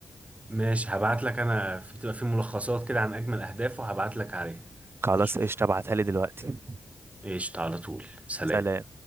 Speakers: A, on the right; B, on the right.
A: ماشي هبعت لك انا في بتبقى في ملخصات كده عن اجمل اهدافه هبعت لك عليها
B: خلاص
A: تشوفه
B: قشطة ابعتها لي دلوقتي
A: قشطة على طول سلام
B: سلام